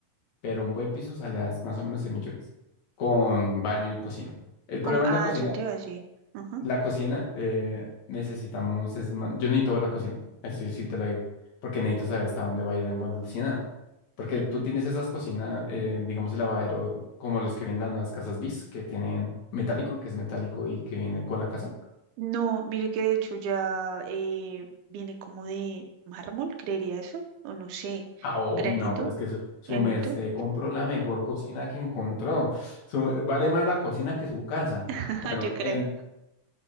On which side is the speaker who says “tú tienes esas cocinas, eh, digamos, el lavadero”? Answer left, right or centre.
Left